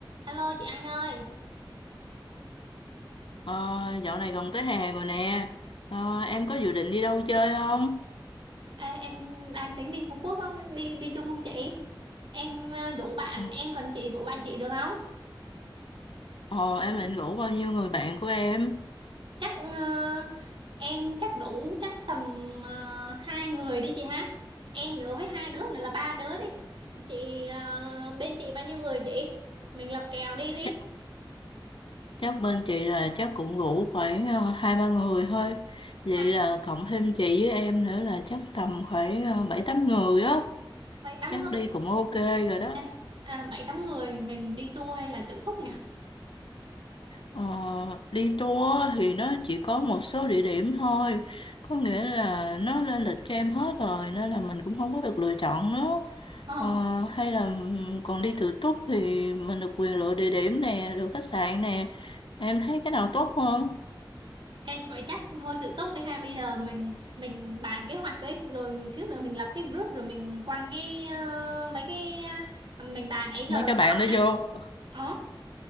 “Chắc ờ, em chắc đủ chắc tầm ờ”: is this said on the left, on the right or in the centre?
Right